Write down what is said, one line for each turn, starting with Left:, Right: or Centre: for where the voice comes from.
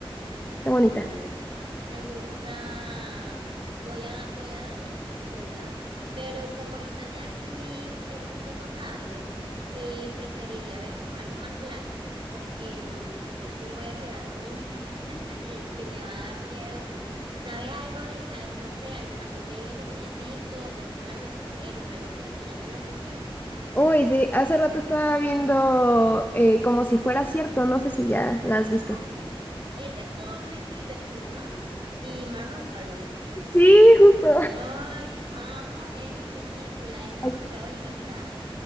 Left: Está bonita.
Right: Mm, Me gusta, me gusta, voy a, voy a darle la oportunidad, pero como ahorita ya aquí es un poco tarde, eh, preferiría ver como algo más light porque no, no sé si voy a quedar con, <laughs> si me va a dar miedo, entonces, ¿sabes algo de, al- no sé, alguna comedia que te hayas visto, o películas de superhéroes, algo que te llame la atención?
Left: Uy, sí, hace rato estaba viendo eh, como si fuera cierto, no sé si ya la has visto.
Right: Ay, esa es con Reese Witherspoon, ¿no? Y Mark Ruffalo.
Left: Sí, justo.
Right: Ay, amo esa película,
Left: <laughs>
Right: es demasiado linda.